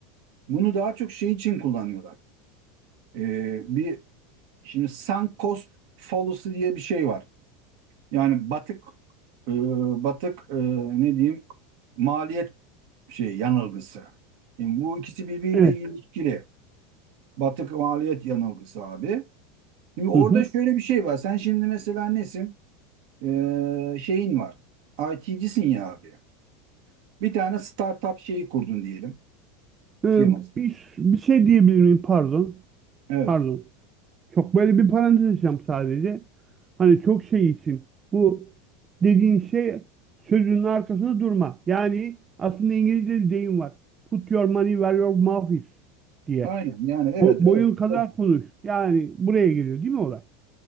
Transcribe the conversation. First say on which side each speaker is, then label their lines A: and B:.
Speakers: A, on the right; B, on the right.
A: bunu daha çok şey için kullanıyorlar. E, bir şimdi sunk cost fallacy diye bir şey var. Yani batık e, batık e, ne diyeyim maliyet şey yanılgısı. Şimdi bu ikisi birbiriyle
B: Evet.
A: ilişkili. Batık maliyet yanılgısı abi. Şimdi orada
B: Hı hı.
A: şöyle bir şey var. Sen şimdi mesela nesin? Ee, şeyin var. IT'cisin ya abi. Bir tane startup şeyi kurdun diyelim
B: Ee,
A: firmasını.
B: bir, bir şey diyebilir miyim? Pardon.
A: Evet.
B: Pardon. Çok böyle bir parantez açacağım sadece. Hani çok şey için. Bu dediğin şey sözünün arkasında durma. Yani aslında İngilizce bir deyim var. Put your money where your mouth is diye.
A: Aynen yani evet
B: O, boyun
A: evet.
B: kadar
A: Çok-
B: konuş. Yani buraya geliyor değil mi olay?